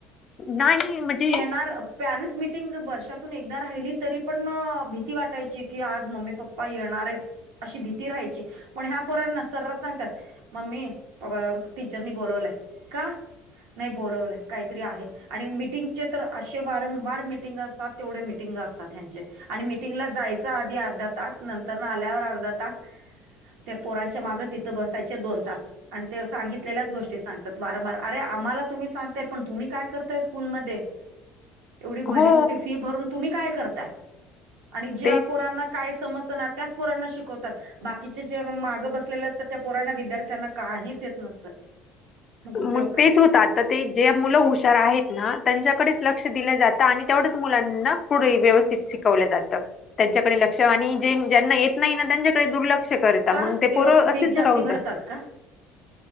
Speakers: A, on the left (about 40°); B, on the right (about 85°).
A: नाही म्हणजे.
B: नार पेरेंट्स मिटिंग वर्षातून एक राहिली तरी पण भीती वाटायची की आज मम्मी पप्पा. पा येणार आहेत अशी भीती राहायची पण ह्या पोरांना सर्रास सांगतात. मम्मी प व टीचर नि बोलोला का. नाही बोलवलं काहीतरी आहे आणि मिटिंग. चे तर असे वारंवार मिटिंग असतात तेवढे मिटिंग असतात यांच्या. आणि मिटिंगला जायच आधी अर्धा तास नंतर आल्यावर अर्धा तास. त्या पोरांच्या मागे तिथं बसायचे दोन तास. आणि ते सांगितलेल्याच गोष्टी सांगतात वारंवार अे आम्हाला तुम्ही सांगताय पण तुम्ही काय करताय स्कूलमध्ये? एवढी
A: हो
B: भली मोठी फी भरून तुम्ही काय करताय? आणि ज्या
A: तेच
B: पोरांना काय समजतं ना, त्याच पोरांना शिकवतात बाकीचे जे मागं बसलेले असतात त्या पोरांना, विद्यार्थ्यांना काहीच येत नसतं
A: मग
B: उपयोग काय
A: तेच होतात तर ते जे मुलं हुशार आहेत ना त्यांच्याकडेच लक्ष दिलं जातं आणि तेवढ्याच मुलांना पुढे व्यवस्थित शिकवलं जातं त्यांच्याकडे लक्ष आणि जे ज्यांना येत नाही ना त्यांच्याकडे दुर्लक्ष करत ता
B: का
A: मग ते पोरं
B: लोक फीज
A: असेच
B: जास्ती
A: राहून
B: भरतात
A: जाता
B: का